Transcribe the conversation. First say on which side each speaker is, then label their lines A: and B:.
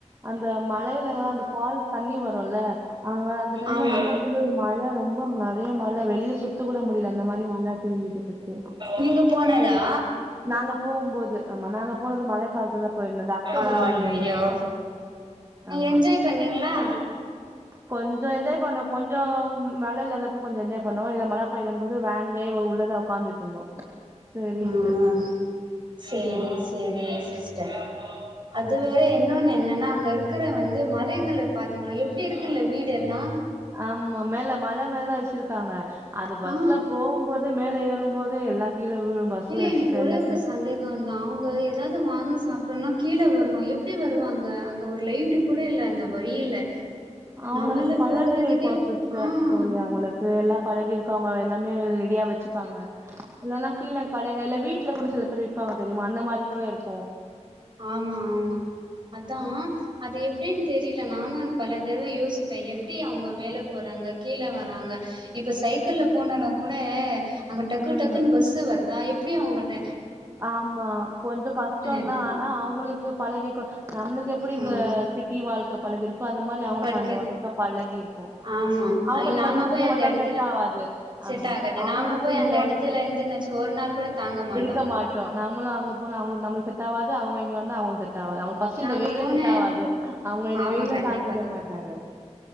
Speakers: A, on the right; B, on the right.
A: அந்த மலைல லா அந்த ஃபால்ஸ் தண்ணி வருல்ல அங்க அந்த டைம்ல
B: ஆமா ஆமா
A: ரொம்ப குளிர் மழை ரொம்ப நறைய மழை வெளில சுத்தி த்த கூட முடில அந்த மாரி மழ பெஞ்சுட்ருந்துச்சு
B: நீங்க போனதா
A: நாங்க போகும்போது ஆமா நாங்க போனது மழைக்காலத்துல தா போயிருந்தோ அந்த அக்டோபர்
B: அய்யய்யோ
A: சீசன்ல போயிருந்தோ ஆமா
B: என்ஜாய் பண்ணீங்களா
A: கொஞ்சோ என்ஜாய் பண்ணோ கொஞ்சோ மழை இல்லாதப்ப கொஞ்சோ என்ஜாய் பண்ணோ இல மழ பெய்ர போது வேன்லே உள்ளதா ஒக்காந்துட்ருந்தோ சேரின்ட்டு
B: ம் சேரி சேரி சிஸ்டர் அது வேற இன்னொன்னு என்னன்னா அங்க இருக் குற வந்து மலைங்கள பாத்தீங்களா எப்டி இருக்குல்ல வீடு எல்லா
A: ஆமா மேல மல மேலதா வச்சிருக்காங்க அது பஸ்ல
B: ஆ
A: போகும் போது மேல ஏறும் போது எல்லா கீழ விழு பஸ்ல
B: இல்ல
A: வச்சிருக்க
B: எனக்கு ஒரே
A: எல்லாத்தையு
B: ஒரு சந்தேகோனா அவங்க ஏதாவது வாங்க சாப் புன்னு கீழே வர்ணு எப்டி வருவாங்க அங்க ஒரு லைட்டு கூட இல்ல அந்த வழியில
A: அவங்களுக்கு
B: நம்மல்ல
A: பழகி
B: போகுறதுக்கே
A: இருக்கு சிஸ்டர்
B: ஆ
A: தோழி அவங்களுக்கு எல்லா பழகி இருக்கு அ வங்க எல்லாமே ரெடியா வச்சுப்பாங்க இல்லன்னா கீழே கடைங்கல்ல வீட்ல கூட சில பேர் விப்பாங்க தெரியுமா அந்த மாரி கூட இருக்கு
B: ஆமா ஆமா அதா அது எப் டின் தெரியில நானு பல தடவ யோசிப்பே எப்டி அவங்க மேலே போறாங்க கீழே வராங்க இப்ப சைக்கிள் போனோனா கூட அங்க டக்கு
A: ம்
B: டக்குன்னு பஸ்ஸு வருதா எப்டி அவங்க ட
A: ஆமா கொஞ்சோ கஷ்டோதா
B: இருக்கு
A: ஆனா அவங்களுக்கு பழகிற்க்கு நம்ளுக்கு எப்டி
B: ஆ
A: இந்த சிட்டி வாழ்க்க பழகிருக்கோ அந்த மாரி அவங்களுக்கு
B: படிக்க
A: அந்த வாழ்க்க பழகி இருக்கு
B: ஆமா
A: அவங்களுக்கு
B: ஐ நாம
A: வந்து இங்க
B: போய் அந்த
A: வந்தா
B: எடத்துல
A: செட் ஆவாது
B: செட்
A: ஆமா
B: ஆகாது
A: அவங்களுக்கு
B: நாம போய்
A: இங்க
B: அந்த எடத்துல
A: வந்தா
B: இருந்துன் வெச்சுக்கோ ஒரு நாள் கூட தாங்க மாட்டோ
A: க மாட்டோ நாமளு அங்க போனா அவங்களுக்கு நம்ம செட் ஆவாது அவங்க இங்க வந்தா அவங்களுக்கு செட் ஆவா அவங்க
B: நாங்க
A: இந்த வெயில்
B: போன
A: செட் ஆவாது அவங்க இந்த
B: ஆமா
A: வெயில
B: கண்டிப்பா
A: தாங்கிக்க
B: தா
A: மாட்டாங்க